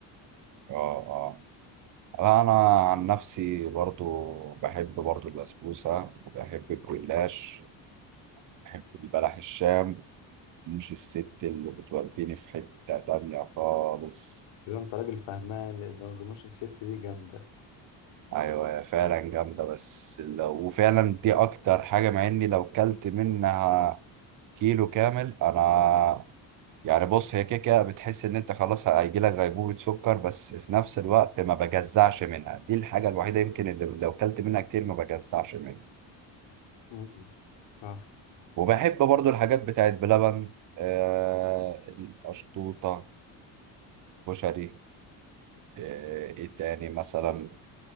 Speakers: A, on the right; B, on the left.
A: اه اه لا، انا عن نفسي برضو بحب برضو البسبوسه وبحب الجلاش بحب البلح الشام مش الست اللي بتوديني في حته تانية خالص
B: كده انت راجل فهمان لان الرموش الست دي جامده
A: ايوه هي فعلا جامده بس لو وفعلا دي اكتر حاجه مع اني لو كلت منها كيلو كامل انا يعني بص هي كده كده بتحس ان انت خلاص هيجي لك غيبوبه سكر بس في نفس الوقت ما بجزعش منها دي الحاجه الوحيده يمكن اللي لو كلت منها كتير ما بجزعش منها
B: مم. صح
A: وبحب برضو الحاجات بتاعت بلبن آه القشطوطه كشري آه، ايه تاني مثلا